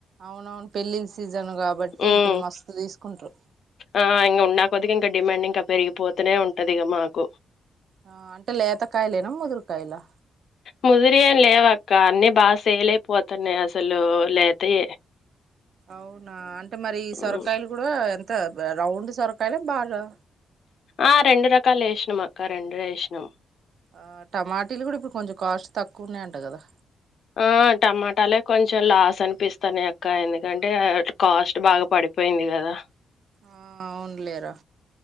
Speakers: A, on the right; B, on the left.
A: అవునవును పెళ్ళిళ్ సీజను కాబట్టి
B: ఉమ్
A: ఇప్పుడు మస్తు తీసుకుంటారు
B: ఆ ఇంకా ఉన్నా కొది గా ఇంకా డిమాండ్ ఇంకా పెరిగిపోతనే ఉంటది ఇగ మాకు
A: ఆ అంటే లేత కాయలేనా ముదురుకాయలా
B: ముదిరి ఏమి లేవక్క అన్నీ బాగా సేలైపోతున్నాయి అసలు లేతే
A: అవునా అం టే మరి ఈ
B: హ్మ్.
A: సొరకాయలు కూడా ఎం తా రౌండ్ సోరకాయల బాగా
B: ఆ రెండు రకాలు వేసినం అక్క రెండు వేసినాం
A: ఆ టమాటీలు కూడా ఇప్పుడు కొంచెం కాస్ట్ తక్కువ ఉన్నాయంట కదా
B: ఆ టమాటాలే కొంచెం లాస్ అనిపిస్తాన్నాయి అక్క ఎందుకంటే అ కాస్ట్ బాగా పడిపోయింది కదా
A: ఆ అవునులేరా